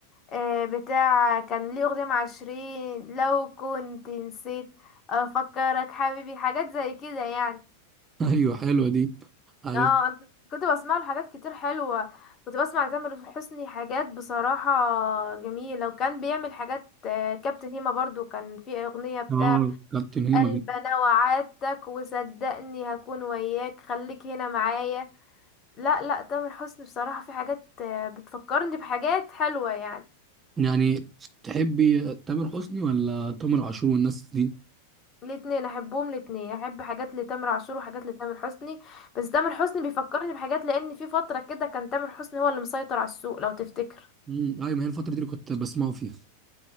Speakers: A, on the left (about 30°); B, on the right (about 20°).
A: آه، بتاع كان ليه أغنية مع شيرين لو كنت نسيت أفكرك حبيبي حاجات زي كده يعني
B: <laughs> ايوه حلوه دي عارف
A: اه أنا كنت بسمع له حاجات كتير حلوة كنت بسمع لتامر حسني حاجات بصراحة جميلة وكان بيعمل حاجات آه، كابتن هيما برضو كان في أغنية بتاع
B: اه كابتن هيما
A: قلب أنا وعدتك وصدقني هكون وياك خليك هنا معايا لا لا تامر حسني بصراحة في حاجات آه، بتفكرني بحاجات حلوة يعني
B: يعني تحبي تامر حسني ولا تامر عاشور والناس دي
A: الاتنين احبهم الاتنين احب حاجات لتامر عاشور وحاجات لتامر حسني بس تامر حسني بيفكرني بحاجات لان في فترة كده كان تامر حسني هو اللي مسيطر على السوق لو تفتكر
B: امم ايوه ما هي الفتره دي اللي كنت بسمعه فيها